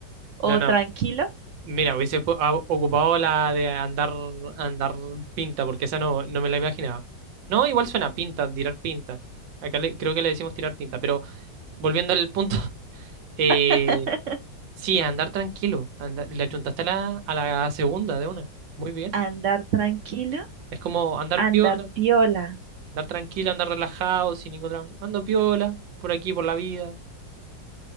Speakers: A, on the right (about 60°); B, on the right (about 85°).
A: o
B: No, no.
A: tranquilo.
B: Mira, hubiese pu- ah, ocupado la de andar, andar pinta, porque esa no, no me la imaginaba. No, igual suena pinta, tirar pinta. Acá le- creo que le decimos tirar pinta, pero volviendo al punto, <laughs> eh,
A: <laughs>
B: sí, andar tranquilo. andar- le achuntaste a la, a la segunda de una. Muy bien.
A: Andar tranquilo,
B: Es como andar
A: andar
B: piola,
A: piola.
B: andar tranquilo, andar relajado, sin ningún drama. Ando piola, por aquí, por la vida.